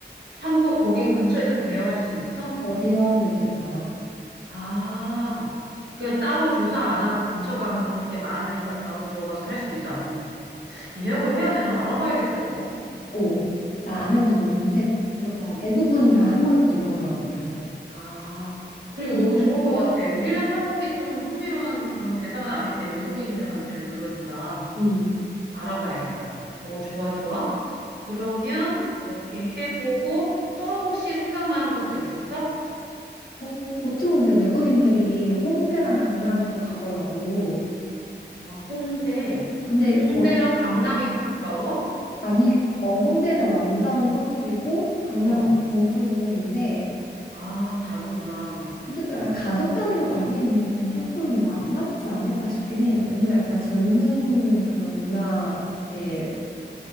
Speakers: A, on the right; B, on the left.
A: 한복 거기 근처에서 대여할 수 있어?
B: 어, 대여하는데 되게 많아.
A: 아, 그냥 따로 조사 안 하고 근처 가면 그런 게 많으니까 바로 들어가서 할 수 있어? 아니면 예약을 해야 되나? 알아봐야겠다, 이거.
B: 어, 나 안 해봐서 모르는데, 그거
A: 어.
B: 대부분 다 한복 입고 들어가더라고, 그래서.
A: 아, 그리고 너무 좋을 것 같아. 우리는 한복이 좀 흥미로운 그런 대상은 아닌데 외국인들한테는 그러니까
B: 음.
A: 알아봐야겠다. 어, 좋아, 좋아. 그러면 그렇게 해보고 또 혹시 생각나는 것도 있을까?
B: 어, 보통 근데 외국인들이 홍대랑 강남은 또 가더라고.
A: 아, 홍대.
B: 근데
A: 홍대랑
B: 거기
A: 강남이 가까워?
B: 아니 어 홍대는 완전 서쪽이고 강남은
A: 어.
B: 동쪽인데
A: 아, 다르구나.
B: 근데 또 약간 가족
A: 어,
B: 단위로 가기에는 조금
A: 어,
B: 안 맞지 않을까 싶긴 해. 너 왜냐면 약간 젊은
A: 그치.
B: 그런 문화의